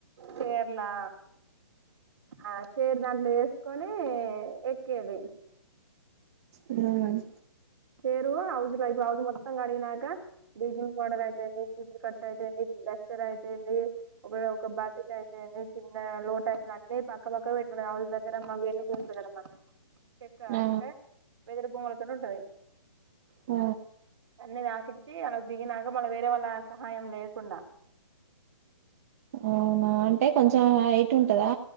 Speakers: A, on the right (about 60°); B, on the right (about 30°).
A: చేర్లా ఆ చేర్ దాంట్లో వేసుకొని ఏ ఎక్కేది
B: ఉమ్
A: పేరు హౌస్ లో హౌస్ మొత్తం కడిగినాక బ్లీజింగ్ పౌడర్ అయితేంది చీపురు కట్ట అయితేంది డస్టర్ అయితేంది ఒక ఒక బకెట్ అయితేంది చిన్న లోట అయితుంది అన్నీ పక్క పక్క పెట్టుకుంది హౌస్ దగ్గర మా వెలుగు ఉంటది కదా మాకి చెక్క అంటే
B: ఆ
A: వెదురు భూములు అని ఉంటది
B: ఆ
A: అనేదకిడికి వాళ్ళకు దిగినాక మళ్ళ వేరే వాళ్ళ సహాయం లేకుండా
B: అవునా అంటే కొంచెం హయిట్ ఉంటదా